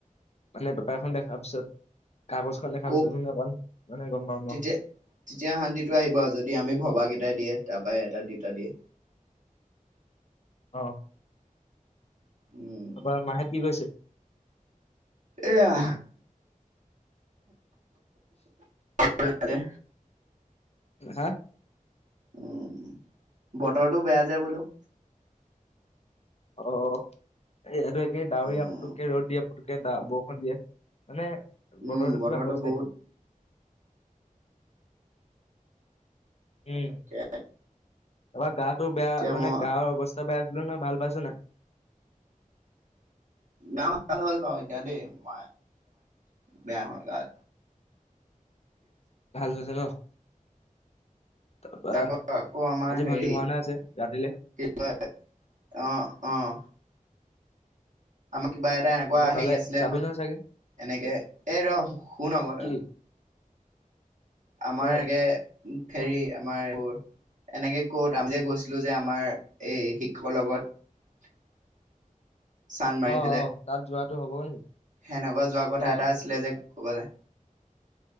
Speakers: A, on the left (about 50°); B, on the right (about 60°).
A: মানে বোপা এখন দেখাৰ পিছত। কাগজখন দেখাৰ
B: ক
A: পিছত মানে অকমান মানে গম পাম ন
B: তেতিয়া-তেতিয়া শান্তিতটো আহিব আৰু যদি আমি ভবা গিতা। এটা দিয়ে তাৰাপৰা এটা দিউতা দিয়ে।
A: অ' তাৰপৰা
B: উম
A: মাহত কি গৈছে।
B: এয়া াৰে <unintelligible>
A: হা
B: উম বতৰটো বেয়া যে বোলো।
A: অ' একেই ডাৱৰীয়া
B: উম
A: পুতুককে ৰ'দ দিয়ে পুতুকে বৰষুণ দিয়ে। মানে
B: উম
A: বতৰটো কিবা হৈছে।
B: বহুত
A: উম,
B: তাকে
A: এবাৰ গাটো বেয়া
B: এতিয়া
A: মানে
B: মই
A: গা অৱস্থা বেয়া ল-ন ভাল পাইছ নাই।
B: ন ভাল হ'ল পাব এ দে ম বেয়া গ <unintelligible>
A: ভাল হৈছে ন। তাৰপৰা
B: তাক আকৌ আমাৰ
A: আজি
B: হেৰি
A: ভণ্টি ভাওনা আছে ৰাতিলে,
B: অহ-অহ। কিবা এটা এনেকুৱা
A: তাৰপৰা
B: হেৰি
A: তালৈ
B: আছিলে
A: যাবি
B: নহয়
A: চাগে?
B: এনেকে এই ৰ' শুন আকৌ
A: কি
B: তই আমাৰ
A: ক? অ',
B: একে হেৰি আমাৰ এইবোৰ এনেকে কত আমি যে গৈছিলো যে আমাৰ এই শিক্ষকৰ লগত <unintelligible> চান মাৰি
A: অ-অ
B: পেলাই
A: তাত যোৱাটো হ'ব নেকি?
B: সেনেকুৱা যোৱা কথা
A: অ',
B: এটা আছিলে যে কবলে